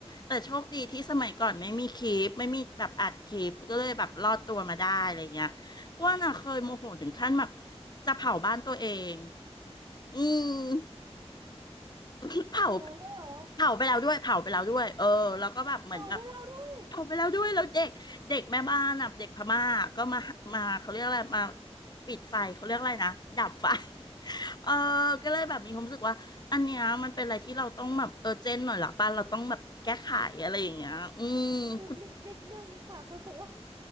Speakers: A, on the left; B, on the right.
A: แต่โชคดีที่สมัยก่อนไม่มีคลิปไม่มีแบบอัดคลิปก็เลยแบบรอดตัวมาได้อะไรอย่างเงี้ยอ้วนอ่ะเคยโมโหถึงขั้นแบบจะเผาบ้านตัวเองอืม <laughs> เผา
B: ขนาดนั้นเลยเหรอ
A: เผาไปแล้วด้วยเผาไปแล้วด้วยเออแล้วก็แบบเหมือนแบบ
B: เอาไป่เล่าด้วย
A: เผาไปแล้วด้วยแล้วเด็กเด็กแม่บ้านอ่ะเด็กพม่าก็มามาเขาเรียกอะไรมาปิดไฟเขาเรียกอะไรนะดับไฟ <laughs> เออก็เลยแบบมีความรู้สึกว่าอันเนี้ยมันเป็นอะไรที่เราต้องแบบเออเจนหน่อยละป่ะเราต้องแบบแก้ไขอะไรอย่างเงี้ยอืมคุณ
B: นิดนิดนิดนึงค่ะคนตัวอ้วน